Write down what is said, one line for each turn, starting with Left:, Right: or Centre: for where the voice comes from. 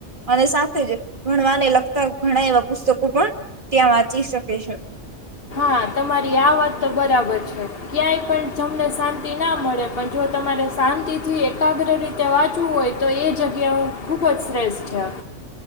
Right: અને સાથે જ ભણવાને લગતા ઘણા એવા પુસ્તકો પણ ત્યાં વાંચી શકે છે.
Left: હા તમારી આ વાત તો બરાબર છે ક્યાંય પણ તમને શાંતિ ના મળે પણ જો તમારે શાંતિથી એકાગ્ર રીતે વાંચવું હોય તો એ જગ્યા હું ખુબ જ શ્રેષ્ઠ છે